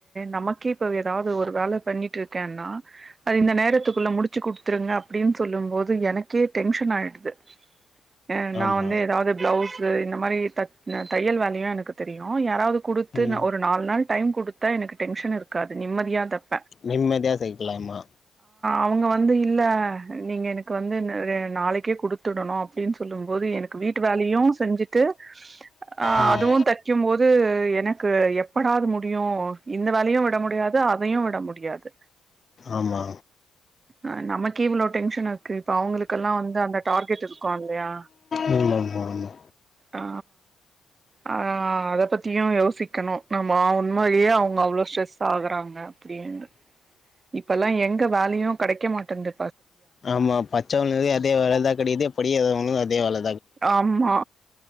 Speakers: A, on the right (about 35°); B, on the left (about 40°).
A: நமக்கே இப்ப ஏதாவது ஒரு வேல பண்ணிட்டு இருக்கேன்னா அது இந்த நேரத்துக்குள்ள முடிச்சு குடுத் த்துருங்க அப்பிடின்னு சொல்லும் போது எனக்கே டென்ஷன் ஆயிடுது ஏ நான்
B: ஆமா
A: வந்து எதாவது ப்ளவுஸ் இது இந்த மாரி தட் ந தையல் வேலையும் எனக்கு தெரியும் யாராவது குடுத்து
B: ம்
A: ந ஒருநால் நாள் டைம் குடுத்தா எனக்கு டென்ஷன் இருக்காது நிம்மதியா தப்
B: நிம்மதியா தெக்கலாம்மா
A: அவுங்க வந்து இல்ல நீங்க எனக்கு வந்து அ நாளைக்கே கு டுத்துடணும் அப்பிடின்னு சொல்லும் போது எனக்கு வீட்டு வேலையும் செஞ்சுட்டு. ஆ
B: ம்
A: அதுவும் தெக்கும் போது எனக் க்கு எப்படா அது முடியும் இந்த வேலையும் விட முடியாது அதையும் விட முடியாது
B: ஆமா
A: ஆ நமக்கே இவ்ளோ டென்ஷன் ஆ இப்ப அவங்களுக்கெல்லா வந்து அந்த டார்கெட் இருக்கும் இல்லையா
B: ம் ஆமா ஆமா
A: ஆ ஆ ஆ அத பத்தியும் யோசிக்கணும் நம்ம சும்மாவே அவங்க அவ்வளோ ஸ்ட்ரெஸ் ஆகுறாங் க அப்படின் இப்பல்லா எங்க வேலையும் கிடைக்க மாட்டந்து
B: ஆமா பச்ச உளது அதே வேலதா கடிது பொடி வியாபாரமும் அதே வேல
A: ஆமா